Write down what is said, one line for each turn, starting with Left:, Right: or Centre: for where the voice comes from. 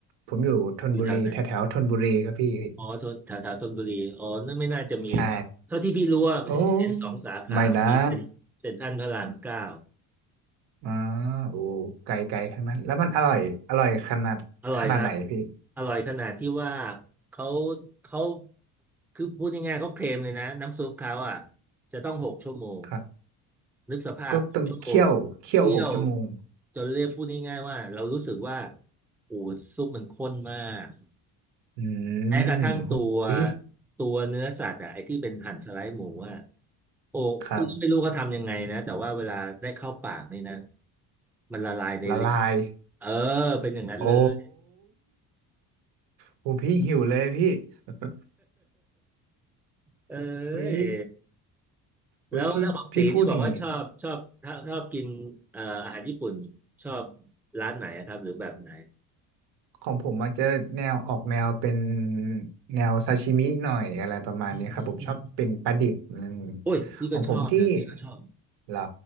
Right: ผมอยู่ธนบุรีแถวแถวธนบุรีครับพี่
Centre: อยู่แถวไหน อ๋อทนแถวแถวธนบุรี อ๋อนั่นไม่น่าจะมี
Right: ใช่
Centre: เท่าที่พี่รู้ว่าเห็นสองสาขามนมีเป็นเซ็นทรัลพระรามเก้า
Right: โอ้ไม่นะอ๋อโอ้ไกลไกลทั้งนั้น แล้วมันอร่อย อร่อยขนาดขนาดไหนพี่
Centre: อร่อยครับอร่อยขนาดที่ว่าเขาเขาคือพูดง่ายๆเขาเคลมเลยนะน้ำซุปเขาอ่ะจะต้องหกชั่วโมง
Right: ครับ
Centre: นึกสภาพชั่วโมงเคี่ยว
Right: ก็ต้องเคี่ยวเคี่ยวหกชั่วโมง
Centre: จนเรียกพูดง่ายๆว่าเรารู้สึกว่าโอ้ซุปมันข้นมาก
Right: อื
Centre: แม้กระทั่งตัว
Right: มหุย
Centre: ตัวเนื้อสัตว์อ่ะไอ้ที่เป็นหั่นสไลด์หมูอ่ะโอ้พี่ก็ไม่รู้เขาทำยังไงนะแต่ว่าเวลาได้เข้าปากนี่นะ
Right: ครับ
Centre: มันละลายในลิ้น
Right: ละลาย
Centre: เออเป็นอย่างนั้นเลย
Right: โอ้โหพี่หิวเลยพี่ <laughs>
Centre: เอ้
Right: หุย
Centre: ย
Right: หุยพี่พี่พูดอย่างงี้
Centre: แล้วแล้วของตีที่บอกว่าชอบชอบชอบชอบกินเอ่ออาหารญี่ปุ่นชอบร้านไหนอะครับหรือแบบไหน
Right: ของผมมันจะแนวออกแนวเป็นแนวซาชิมิหน่อยอะไรประมาณนี้ครับผมชอบเป็นปลาดิบอืม
Centre: อืมอืมอืมอืมโอ้ยพี่ก็ชอบนะพี่ก็ชอบ
Right: ของผมที่เหรอ